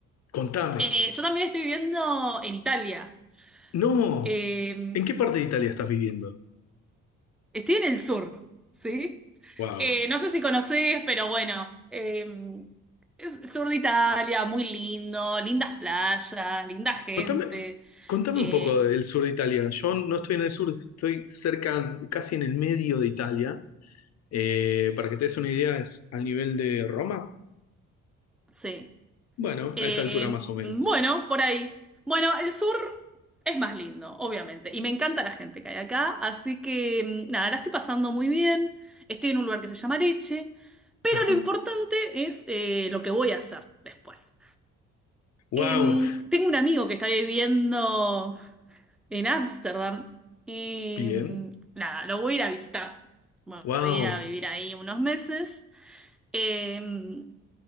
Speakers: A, on the left; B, in the centre.
A: contame.
B: Eh, yo también estoy viviendo en Italia.
A: No,
B: Eh,
A: ¿en qué parte de Italia estás viviendo?
B: estoy en el sur, ¿sí?
A: Wow.
B: Eh, no sé si conocés, pero bueno, eh, es el sur de Italia, muy lindo, lindas playas, linda gente.
A: Contame, contame
B: Eh,
A: un poco del sur de Italia. Yo no estoy en el sur, estoy cerca, casi en el medio de Italia. Eh, para que te des una idea, es al nivel de Roma.
B: sí.
A: Bueno,
B: Eh,
A: a esa altura más o menos.
B: bueno, por ahí. Bueno, el sur es más lindo, obviamente, y me encanta la gente que hay acá, así que mm, nada, la estoy pasando muy bien, estoy en un lugar que se llama Leche, pero
A: Ajá.
B: lo importante es eh, lo que voy a hacer después.
A: Wow.
B: Em, tengo un amigo que está viviendo en Ámsterdam y
A: Bien.
B: mm, nada, lo voy a ir a visitar. Bueno,
A: Wow.
B: voy a ir a vivir ahí unos meses. Em,